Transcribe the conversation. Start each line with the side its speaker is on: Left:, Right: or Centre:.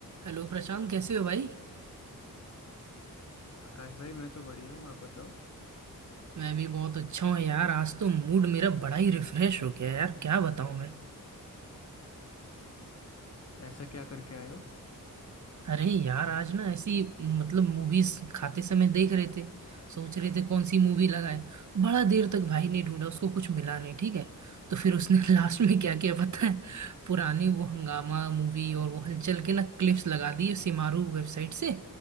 Right: Hello Prashant कैसे हो भाई
Left: आकाश भाई मैं तो बढ़िया हूँ आप बताओ
Right: मैं भी बहुत अच्छा हूँ यार आज तो मूड मेरा बड़ा ही रिफ्रेश हो गया यार क्या बताऊँ मैं
Left: ऐसा क्या करके आए हो
Right: अरे यार आज ना ऐसी मतलब मूवीज खाते समय देख रहे थे सोच रहे थे कौन सी मूवी लगाए बड़ा देर तक भाई ने ढूंढा उसको कुछ मिला नहीं ठीक है तो फिर उसने <laughs> लास्ट में क्या किया पता है पुरानी वो हंगामा मूवी और वो हलचल के ना क्लिप्स लगा दिए सिमारू वेबसाइट से